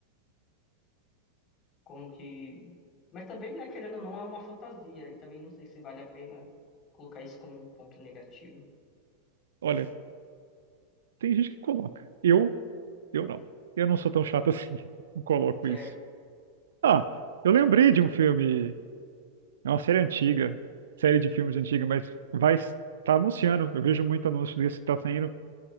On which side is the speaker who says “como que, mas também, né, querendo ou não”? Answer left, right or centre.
Left